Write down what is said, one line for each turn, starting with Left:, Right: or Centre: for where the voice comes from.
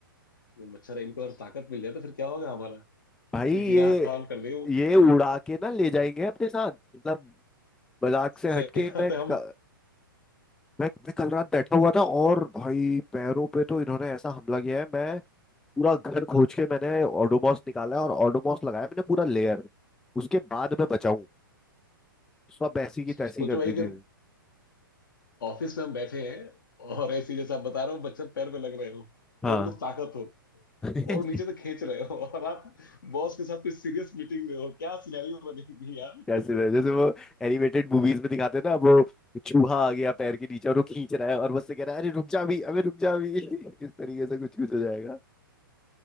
Left: जब मच्छर इनको अगर ताकत मिल जाए तो फिर क्या होगा हमारा
Centre: भाई
Left: ये
Centre: ये
Left: जीना हराम कर देंगे वो
Centre: ये उड़ा के ना ले जाएंगे अपने साथ मतलब मजाक
Left: सही
Centre: से हटके
Left: बात
Centre: मैं
Left: है
Centre: क-
Left: हम
Centre: मैं मैं कल रात बैठा हुआ था और भाई पैरों पे तो इन्होंने ऐसा हमला किया है मैं पूरा घर खोज के मैंने ओडोमॉस निकाला और ओडोमॉस लगाया मैंने पूरा लेयर उसके बाद मैं बचाऊं सब ऐसी की
Left: सोचो
Centre: तैसी कर
Left: भाई
Centre: दी थी
Left: कि ऑफिस में हम बैठे हैं और ऐसी जैसे आप बता रहे हो मच्छर पैर में लग रहे हो
Centre: हाँ
Left: और उनको ताकत हो
Centre: <laughs>
Left: और वो नीचे से खींच रहे हो और आप बॉस के साथ कोई सीरियस मीटिंग में हो क्या सिनेरियो बनेगी यार
Centre: जैसे जैसे वो एनिमेटेड मूवीज में दिखाते हैं ना वो चूहा आ गया पैर के नीचे और वो खींच रहा है और मुझसे कह रहा है अरे रुक जा भी अबे रुक जा भी <laughs> इस तरीके से कुछ कुछ हो जाएगा